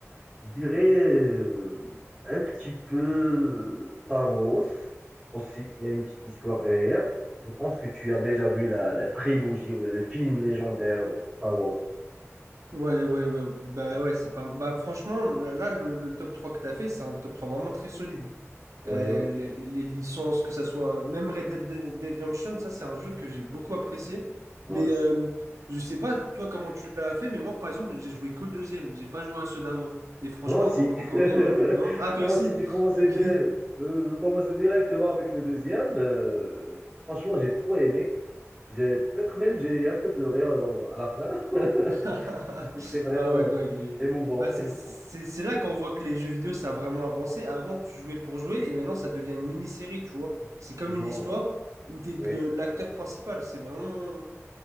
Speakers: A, on the right; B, on the right.
A: je dirais euh, un petit peu euh, Star Wars aussi. Il y a une petite histoire derrière. Je pense que tu as déjà vu la, la trilogie ou bien le film légendaire de Star Wars.
B: Ouais, ouais, ouais. Bah ouais, c'est pas. Bah franchement, le- là, le, le top 3 que t'as fait, c'est un top 3 vraiment très solide.
A: Oui,
B: Euh,
A: oui,
B: les, les licences, que ça soit. Même Red Dead Redemption, ça, c'est un jeu que j'ai beaucoup apprécié.
A: moi
B: Mais
A: aussi.
B: euh, je sais pas, toi, comment tu l'as fait, mais moi, par exemple, j'ai joué qu'au deuxième. J'ai pas joué à ceux d'avant. Et franchement,
A: Moi aussi.
B: on comprend
A: <laughs>
B: quand même, on est dedans. Ah, toi
A: Moi
B: aussi?
A: aussi, j'ai commencé,
B: <laughs> Ok.
A: dès- euh, j'ai commencé directement avec le deuxième. Euh, franchement, j'ai trop aimé. J'ai, peut-être même j'ai un peu pleuré euh, à la fin. <laughs>
B: <laughs>
A: C'était vraiment
B: Ah ouais,
A: euh,
B: non, il est.
A: émouvant,
B: Bah, c'est
A: émouvant.
B: c'est- c'est là qu'on voit que les jeux vidéo, ça a vraiment avancé. Avant, tu jouais pour jouer et maintenant, ça devient une mini-série, tu vois.
A: Effectivement,
B: C'est comme une histoire où t'es le-
A: oui,
B: l'acteur principal. C'est vraiment...